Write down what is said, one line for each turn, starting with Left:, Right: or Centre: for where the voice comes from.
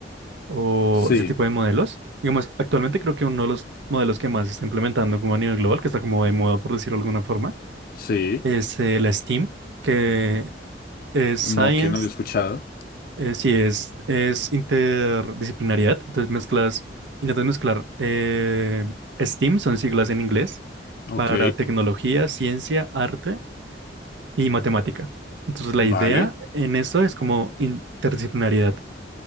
Right: o
Left: Sí,
Right: ese tipo de modelos. Digamos, actualmente creo que uno de los modelos que más se está implementando como a nivel global, que está como de moda, por decirlo de alguna forma,
Left: sí,
Right: es eh, la STEAM, que es Science,
Left: no que no lo he escuchado.
Right: eh, sí, es, es interdisciplinariedad. Entonces mezclas, intentas mezclar eh, STEAM, son siglas en inglés,
Left: Ok,
Right: para tecnología, ciencia, arte y matemática. Entonces la
Left: vale.
Right: idea en esto es como interdisciplinariedad.